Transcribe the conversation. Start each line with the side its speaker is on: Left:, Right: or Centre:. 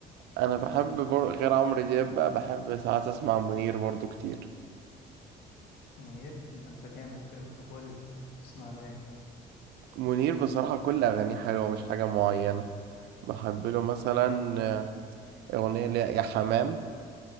Right: انا بحب بر... غير عمرو دياب بقى بحب ساعات اسمع منير برضو كتير
Left: منير إيه ده أنت جامد كده طب قول لي تسمع له إيه؟
Right: منير بصراحة كل اغانيه حلوة مش حاجة معينة بحب له مثلا أغنية اللي هي يا حمام